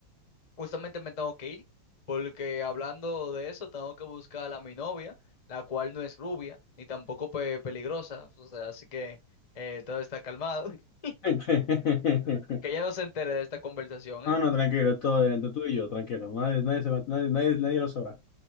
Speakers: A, on the left (about 30°); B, on the left (about 60°).
A: justamente me tengo que ir, porque hablando de eso, tengo que buscar a mi novia, la cual no es rubia, ni tampoco pe- peligrosa, o sea, así que eh, todo está calmado. <laughs>
B: <laughs>
A: Que ella no se entere de esta conversación,
B: No,
A: ¿eh?
B: no, tranquilo, esto es entre tú y yo, tranquilo. Nadie, nadie, se va- nadie, nadie nadie lo sabrá.